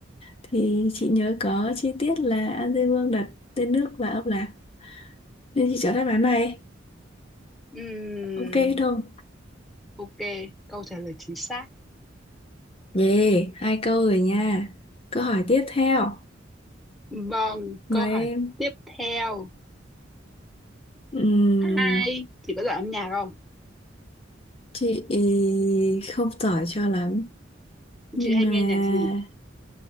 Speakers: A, on the left; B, in the centre.
A: thì chị nhớ có chi tiết là An Dương Vương đặt tên nước và ông Lạc nên chị chọn đáp án này
B: Ừm,
A: ok không
B: ok, câu trả lời chính xác.
A: yeah hai câu rồi nha câu hỏi tiếp theo
B: Vâng,
A: mà
B: câu hỏi
A: em
B: tiếp theo.
A: Ừm,
B: Hai, chị có giỏi âm nhạc không?
A: chị không giỏi cho lắm nhưng
B: Chị hay
A: mà
B: nghe nhạc gì?